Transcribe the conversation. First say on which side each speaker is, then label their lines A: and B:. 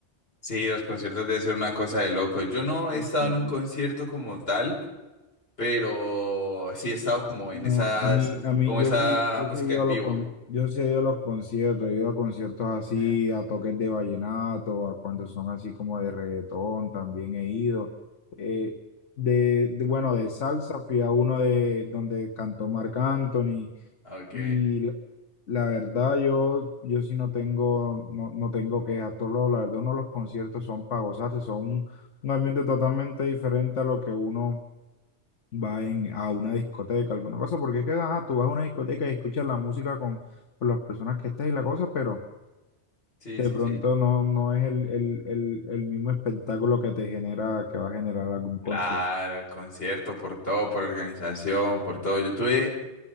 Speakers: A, on the left; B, on the left.
A: Sí, los conciertos deben ser una cosa de loco. Yo no he
B: los
A: estado
B: conciertos.
A: en un concierto como tal, pero sí he estado como en
B: No,
A: esas,
B: a mí, a mí,
A: como
B: yo
A: esa
B: sí, yo
A: música
B: sí he ido
A: en
B: a los
A: vivo.
B: con- yo sí he ido a los conciertos, he ido a conciertos así,
A: ¿Eh?
B: a toques de vallenato, a cuando son así como de reggaetón, también he ido. Eh, de, de- bueno, de salsa fui a uno de donde cantó Marc Anthony
A: Ok.
B: y la, la verdad yo, yo sí no tengo, no, no tengo quejas, todo lo- la verdad uno de los conciertos son para gozarse, son un, un ambiente totalmente diferente a lo que uno va en, a una discoteca, alguna cosa, porque es que ajá, tú vas a una discoteca y escuchas la música con, con las personas que estés y la cosa, pero
A: Sí,
B: de
A: sí,
B: pronto
A: sí.
B: no, no es el, el, el, el mismo espectáculo que te genera, que va a generar algún concierto.
A: Claro, el concierto, por todo, por organización, por todo. Yo tuve,